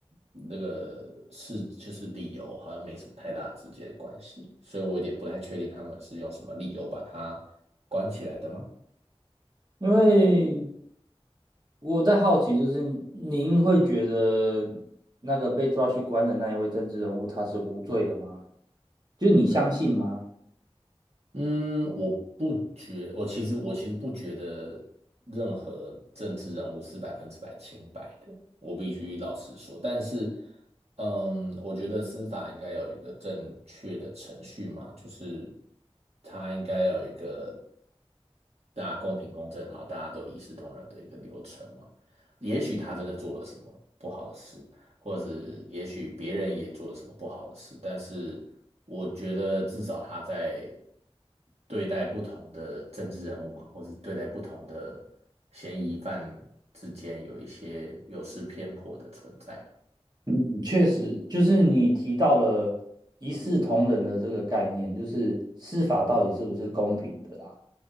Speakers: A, on the right; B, on the right.
A: 那个是就是理由，好像没什么太大直接的关系，所以我有点不太确定他们是用什么理由把他关起来的吗？
B: 因为我在好奇，就是您会觉得那个被抓去关的那一位政治人物他是无罪的吗？就你相信吗？
A: 嗯，我不觉，我其实我其实不觉得任何政治人物是百分之百清白的，我必须老实说。但是，嗯，我觉得司法应该有一个正确的程序嘛，就是它应该要有一个大家公平公正，然后大家都一视同仁的一个流程嘛。也许他真的做了什么不好的事，或是也许别人也做了什么不好的事，但是我觉得至少他在对待不同的政治人物嘛，或是对待不同的嫌疑犯之间有一些有失偏颇的存在了。
B: 嗯，确实，就是你提到了一视同仁的这个概念，就是司法到底是不是公平的啦？